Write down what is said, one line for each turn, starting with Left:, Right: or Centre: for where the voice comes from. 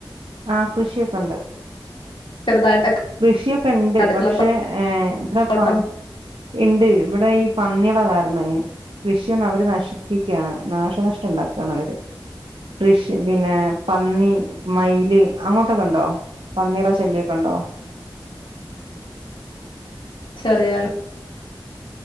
Right: ആ കൃഷിയൊക്കെണ്ട്
Left: ചെറുതായിട്ടൊക്കെ
Right: കൃഷിയൊക്കെ ഇണ്ട്
Left: അടുക്കള
Right: പക്ഷെ എ ഇവിടെ
Left: തോട്ടം
Right: പ ഇണ്ട് ഇവിടെ ഈ പന്ന്യേളെ കാരണ കൃഷിയൊന്ന് അവര് നശിപ്പിക്ക്യാണ് നാശനഷ്ടം ഇണ്ടാക്കാണ് അവര് കൃഷി പിന്നെ പന്നി മയില് അങ്ങോട്ടൊക്കെ ഇണ്ടോ പന്നിടെ ശല്ല്യക്കെ ഇണ്ടോ
Left: ചെറിയാണ്